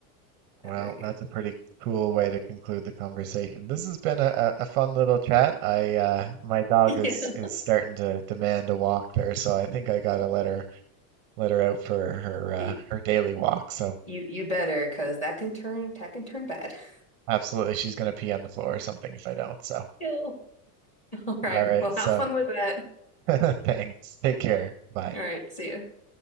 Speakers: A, on the right; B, on the left.
A: Well,
B: not very good.
A: that's
B: <laughs>
A: a pretty cool way to conclude the conversation. This has been a, a a fun little chat. I uh, my dog
B: Yeah.
A: is is starting to demand a walk there, so I think I gotta let her let her out for her uh,
B: Y-
A: her daily walk. So
B: You you better because that can turn that can turn bad. <laughs>
A: absolutely, she's gonna pee on the floor or something if I don't. So
B: Yeah. All right.
A: all right,
B: Well,
A: so
B: have fun with that.
A: <laughs> thanks. Take care. Bye.
B: All right. See ya.